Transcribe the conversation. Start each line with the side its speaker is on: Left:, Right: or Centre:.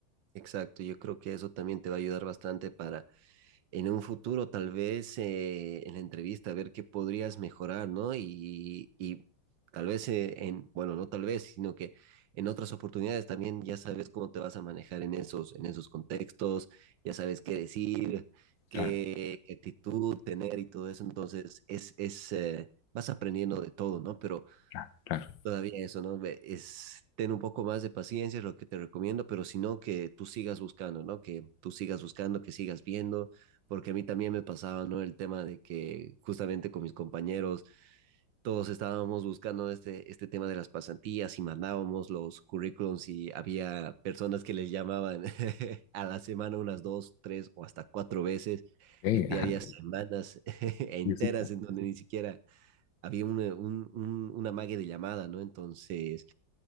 Right: exacto. Yo creo que eso también te va a ayudar bastante para en un futuro, tal vez eh, en la entrevista, ver qué podrías mejorar, ¿no? Y, y tal vez eh, en, bueno, no tal vez, sino que en otras oportunidades también ya sabes cómo te vas a manejar en esos, en esos contextos, ya sabes qué decir, qué,
Left: Claro,
Right: qué actitud tener y todo eso. Entonces, es, es, eh, vas aprendiendo de todo, ¿no? Pero
Left: claro, claro.
Right: Todavía eso, ¿no? Ve- Es, ten un poco más de paciencia, es lo que te recomiendo, pero si no, que tú sigas buscando, ¿no? Que tú sigas buscando, que sigas viendo, porque a mí también me pasaba, ¿no? El tema de que justamente con mis compañeros todos estábamos buscando este, este tema de las pasantías y mandábamos los currículums y había personas que les llamaban <laughs> a la semana unas dos, tres o hasta cuatro veces
Left: Okay,
Right: y a ti
Left: ajá.
Right: había semanas <laughs> enteras
Left: Sí, sí,
Right: en donde ni siquiera había una, un, un, una mague de llamada, ¿no? Entonces,